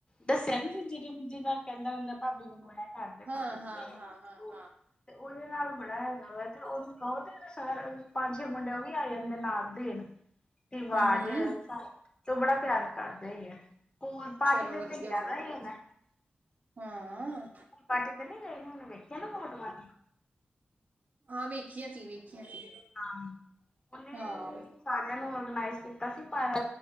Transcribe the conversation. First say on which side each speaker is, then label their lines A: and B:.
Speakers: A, on the left; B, on the right.
A: ਦੱਸਿਆ ਨੀ ਸੀ ਜਿ ਜਿਹਦਾ ਕਹਿੰਦਾ ਹੁੰਦਾ ਭਾਬੇ ਮੈਨੂੰ ਐ ਕਰਦੇ
B: ਹਾਂ
A: ਭਾਬੇ
B: ਹਾਂ ਹਾਂ ਹਾਂ
A: <unintelligible>
B: ਹਾਂ
A: ਤੇ ਉਹਦੇ ਨਾਲ ਬੜਾ ਹੈਗਾ ਵਾ ਤੇ ਉਹਨੂੰ ਕਹੋ ਕਹਿੰਦਾ ਸਾਰਾ ਪੰਜ, ਛੇ ਮੁੰਡੇ ਉਹ ਵੀ ਆ ਜਾਂਦੇ ਨਾਲ ਦੇ ਰਵਾਜ਼
B: ਹਮ
A: ਤੇ ਉਹ ਬੜਾ ਪਿਆਰ ਕਰਦਾ ਹੀ ਆ ਹੋਰ ਪਾਰਟੀ
B: ਚਲੋ
A: ਦੇ
B: ਵਧੀਆ
A: ਤੇ ਵੇਖਿਆ
B: ਸਗੋਂ
A: ਵੀ ਹੋਣਾ। <inaudible>
B: ਹਾਂ
A: ਪਾਰਟੀ ਤੇ ਨੀ ਗਏ <unintelligible> ਵੇਖਿਆ ਨਾ ਬਹੁਤ ਵਾਰ।
B: ਹਾਂ ਵੇਖੀਆਂ ਸੀ, ਵੇਖਿਆ ਸੀ।
A: ਹਾਂ, ਉਹਨੇ,
B: ਹਾਂ
A: ਸਾਰਿਆਂ ਨੂੰ ਔਰਗਨਾਈਜ਼ ਕੀਤਾ ਸੀ ਪਰ